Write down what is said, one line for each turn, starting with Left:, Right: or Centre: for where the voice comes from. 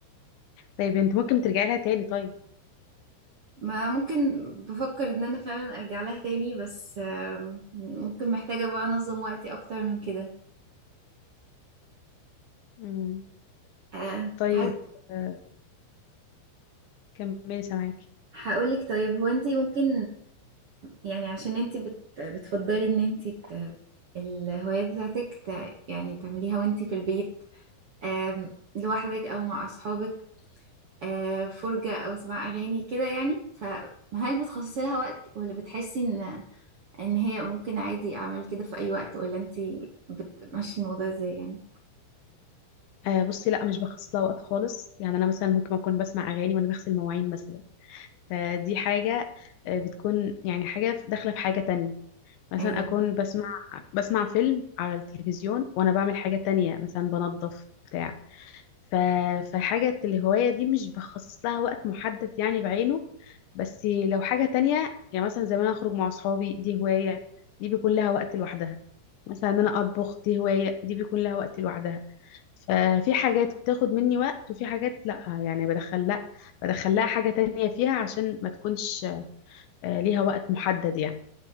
Left: طيب انت ممكن ترجعي لها تاني طيب
Right: ما ممكن بفكر ان انا فعلا ارجع لها تاني بس آم، ممكن محتاجة بقى انظم وقتي اكتر من كده
Left: امم
Right: آه،
Left: طيب
Right: ه-
Left: آه، كملي سامعاكي
Right: هقولك طيب هو انتي ممكن يعني عشان انتي بت بتفضلي ان انتي ت- الهوايات بتاعتك ت يعني تعمليها وانتي في البيت آم، لوحدك او مع اصحابك آه، فرجة أو سماع أغاني كده يعني فهل بتخصصي لها وقت ولا بتحسي إن إن هي ممكن عادي أعمل كده في أي وقت ولا أنتي بتمشي الموضوع إزاي يعني
Left: آه بصي لا مش بخصص لها وقت خالص يعني انا مثلا ممكن اكون بسمع اغاني وانا بغسل مواعين مثلا فدي حاجه آه، بتكون يعني حاجه في- داخله في حاجه تانية مثلا
Right: أيوه
Left: اكون بسمع بسمع فيلم على التلفزيون وانا بعمل حاجه تانية مثلا بنظف بتاع ف... فحاجة الهواية دي مش بخصص لها وقت محدد يعني بعينه بس لو حاجة تانية يعني مثلا زي ما أنا أخرج مع أصحابي دي هواية دي بيكون لها وقت لوحدها مثلا إن أنا أطبخ دي هواية دي بيكون لها وقت لوحدها ففي حاجات بتاخد مني وقت وفي حاجات لأ يعني بدخل لأ بدخل لها حاجة تانية فيها عشان ما تكونش آه، ليها وقت محدد يعني